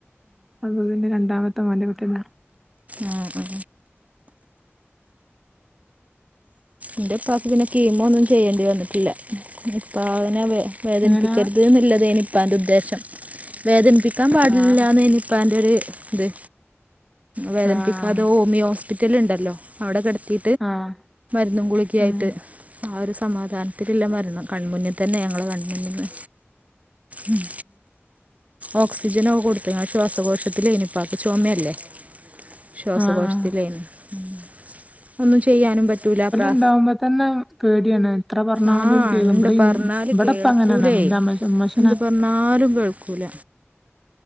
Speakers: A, in the centre; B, on the right (about 30°).
A: അത് പിന്നെ രണ്ടാമത്തെ മല്ലപ്പെട്ടില്ലാ
B: ആഹ് എൻ്റെ ഇപാക്ക് പിന്നെ കീമോ ഒന്നും ചെയ്യേണ്ടി വന്നിട്ടില്ല ഇപ്പം അങ്ങനെ വേദനിപ്പിക്കരുത്
A: എങ്ങനാ
B: എന്നുള്ളത് ഇനിയിപ്പം എൻ് ഉദ്ദേശം വേദനിപ്പിക്കാൻ പാടില്ലന്ന്
A: ആഹ്
B: എനി ഇപാൻ്റ് ഒരു ഇത് വേധനിപിക്കാത
A: ആഹ്
B: ഹൊമിയോസ് ഹോസ്പിറ്റല ഉണ്ടല്ലോ? അവിടെ കിടത്തി
A: ആഹ്
B: ഇന്നും ഗുളിക്കായിട്ട്
A: ഉം
B: ആ ഒരു സമാധാനത്തിലില്ല മരണം കൺമുന്നിൽ തന്നെ ഞങ്ങള് കൺമുന്നിന്ന് ഉം ഓക്സിജനൊക്കെ കൊടുത്ത്ങ്കാ ശ്വാസകോശത്തിലെയ്ന്നു ഇപ്പാക്ക് ചൊമല്ലേ ശ്വാസകോശത്തിലേയ്ന്നു
A: ആഹ് ആഹ്
B: ഉം ഒന്നും ചെയ്യാനും പറ്റൂല പ്രാ
A: ണ്ടാവുമ്പോ തന്നെ പേടിയാണ് എത്ര പറഞ്ഞാലും
B: ആ
A: ഓര് കേദം
B: ഉണ്ട്
A: ഇവിടെ
B: പറഞ്ഞാൽ
A: ഈ ഇവിടെപ്പ
B: കേൾക്കൂലേ
A: അങ്ങനാണ് ന്റെ മ്മോശം മ്മോശ
B: എന്ത് പറഞ്ഞാലും കേൾക്കൂല